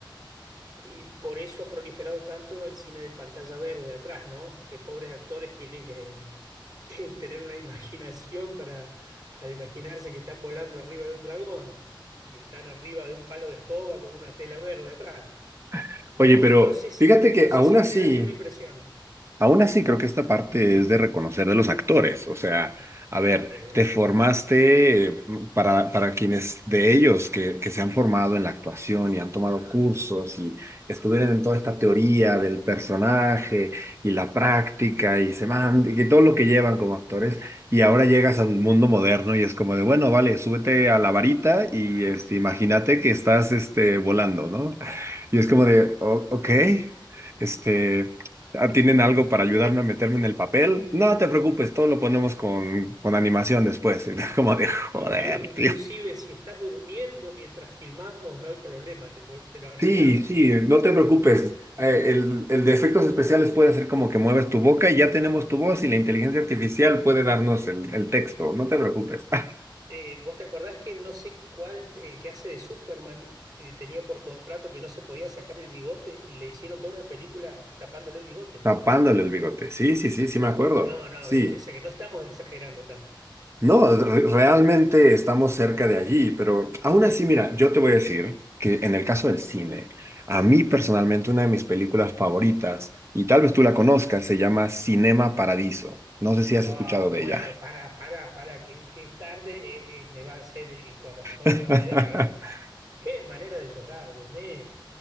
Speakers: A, on the right; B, on the right.
A: Y por eso ha proliferado tanto el cine de pantalla verde atrás, ¿no? Que pobres actores tienen que, <laughs> que tener una imaginación para, para imaginarse que están volando arriba de un dragón y están arriba de un palo de escoba con una tela verde atrás.
B: <laughs>
A: No,
B: Oye, pero
A: no sé si,
B: fíjate que
A: no sé
B: aún
A: si
B: así...
A: tenés la misma impresión.
B: Aún así, creo que esta parte es de reconocer de los actores. O sea, a ver,
A: <laughs>
B: te
A: Sí.
B: formaste eh, para, para quienes de ellos que, que se han formado en la actuación y han tomado cursos y estuvieron en toda esta teoría del personaje y la práctica y se mand- y que todo lo que llevan como actores. Y ahora llegas al mundo moderno y es como de, bueno, vale, súbete a la varita y este, imagínate que estás este, volando, ¿no? Y es como de, "O- ok. Este, Ah, ¿Tienen algo para ayudarme a meterme en el papel? No te preocupes, todo lo ponemos con, con animación después. Y <laughs> Como de joder,
A: Inclu- inclusive
B: tío.
A: si estás durmiendo mientras filmamos, no hay problema, te, po- te lo arreglamos.
B: Sí, sí, no te preocupes. Eh, el, el de efectos especiales puede hacer como que mueves tu boca y ya tenemos tu voz y la inteligencia artificial puede darnos el, el texto. No te preocupes. <laughs>
A: Eh, ¿vos te acordás que no sé cuál, el que hace de Superman, eh, tenía por contrato que no se podía sacar el bigote y le hicieron toda una película tapándole el bigote?
B: Tapándole el bigote. Sí, sí, sí, sí me acuerdo.
A: No, no,
B: Sí.
A: viste, o sea que no estamos exagerando tanto.
B: No, re- realmente estamos cerca de allí, pero aún así, mira, yo te voy a decir que en el caso del cine, a mí personalmente una de mis películas favoritas, y tal vez tú la conozcas, se llama Cinema Paradiso. No sé si has
A: Ah,
B: escuchado de
A: bueno,
B: ella.
A: para, para, para, que, que es tarde, eh, eh, me va a hacer el corazón,
B: <laughs>
A: no me da para tanto. Qué manera de llorar, Dios mío.